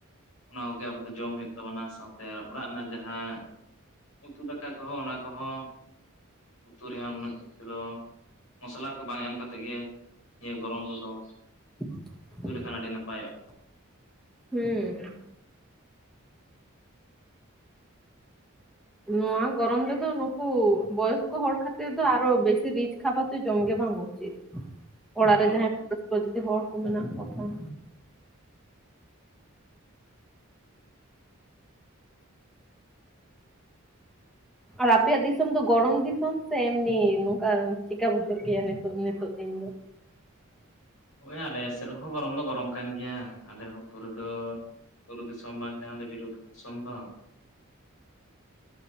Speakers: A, on the left (about 75°); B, in the centre.
A: ᱚᱱᱟ ᱠᱚᱜᱮ ᱟᱵᱚ ᱫᱚ ᱡᱚᱢ ᱦᱩᱭᱩᱜ ᱛᱟᱵᱚᱱᱟ ᱥᱟᱶᱛᱮ ᱚᱲᱟᱜ ᱨᱮᱱᱟᱜ ᱡᱟᱦᱟ ᱩᱛᱩ ᱫᱟᱠᱟ ᱠᱚᱦᱚᱸ ᱚᱱᱟ ᱠᱚᱦᱚᱸ ᱩᱛᱩ ᱨᱮᱦᱚᱸ ᱩᱱᱟᱹᱜ ᱠᱤᱪᱷᱩ ᱫᱚ ᱢᱚᱥᱞᱟ ᱠᱚ ᱵᱟᱝ ᱮᱢ ᱠᱟᱛᱮᱫ ᱜᱮ ᱱᱤᱭᱟᱹ ᱜᱚᱨᱚᱢ ᱨᱮᱫᱚ
B: <inaudible>
A: <unintelligible> ᱞᱮᱠᱷᱟᱱ ᱟᱹᱰᱤ ᱱᱟᱯᱟᱭᱚᱜᱼᱟ ᱾
B: ᱦᱩᱸᱻ ᱱᱚᱣᱟ ᱜᱚᱨᱚᱢ ᱨᱮᱫᱚ ᱱᱩᱠᱩ ᱵᱚᱭᱚᱥᱠᱚ ᱦᱚᱲ ᱠᱷᱟᱹᱛᱤᱨ ᱫᱚ ᱟᱨᱚ ᱵᱮᱥᱤ ᱨᱤᱪᱽ ᱠᱷᱟᱵᱟᱨ ᱫᱚ ᱡᱚᱢ ᱜᱮ ᱵᱟᱝ ᱩᱪᱤᱛ ᱾ ᱚᱲᱟᱜ
A: ᱦᱳᱭ
B: ᱨᱮ ᱡᱟᱦᱟᱸᱭ
A: ᱦᱳᱭ
B: <unintelligible> ᱡᱩᱫᱤ ᱦᱚᱲ ᱠᱚ ᱢᱮᱱᱟᱜ ᱠᱚ ᱠᱷᱟᱱ ᱟᱨ ᱟᱯᱮᱭᱟᱜ ᱫᱤᱥᱚᱢ ᱫᱚ ᱜᱚᱨᱚᱢ ᱫᱤᱥᱚᱢ ᱥᱮ ᱮᱢᱱᱤ ᱱᱚᱝᱠᱟ ᱪᱮᱫᱠᱟ ᱵᱩᱡᱷᱟᱹᱜ ᱜᱮᱭᱟ ᱱᱤᱛᱚᱜ ᱱᱤᱛᱚᱜ ᱫᱤᱱ ᱫᱚ?
A: ᱦᱳᱭ ᱟᱞᱮ ᱥᱮᱫ ᱨᱮ ᱦᱚᱸ ᱜᱚᱨᱚᱢ ᱫᱚ ᱜᱚᱨᱚᱢ ᱠᱟᱱ ᱜᱮᱭᱟ ᱾ ᱟᱞᱮ ᱦᱚᱸ ᱯᱩᱨᱟᱹ ᱫᱚ ᱵᱩᱨᱩ ᱫᱤᱥᱚᱢ ᱵᱟᱝ ᱠᱟᱱᱟ ᱞᱮ <unintelligible> ᱫᱤᱥᱚᱢ ᱫᱚ ᱾